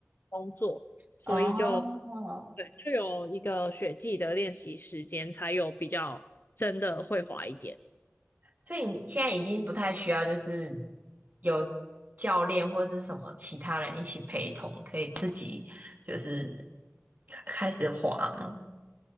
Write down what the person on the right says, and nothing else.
哦。
所以你现在已经不太需要，就是有教练或是什么其他人一起陪同，可以自己就是开开始滑吗？